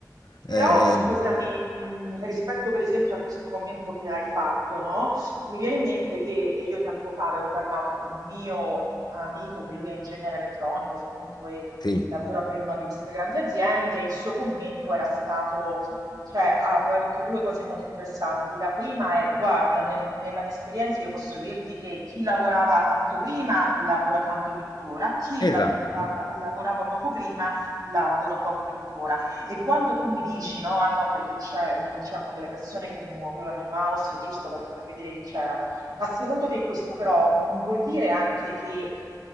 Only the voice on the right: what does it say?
Però
scusami,
mh, rispetto per esempio a questo commento che hai fatto, no? Mi viene in mente che io tempo fa avevo parlato con un mio amico, che lui è ingegnere elettronico, secondo e
lavora per una di queste grandi aziende, il suo commento era stato, cioè ah, aveva detto due cose molto interessanti. La prima è, guarda, nel- nella mia esperienza io posso dirti che chi lavorava tanto prima lavora tanto tuttora, chi
la- la- lavorava poco prima lavora poco tuttora. E quando tu mi dici no, ah no, perché c'è- mh, c'erano delle persone che muovevano il mouse giusto per far vedere che c'erano, ma secondo te questo però non vuol dire anche che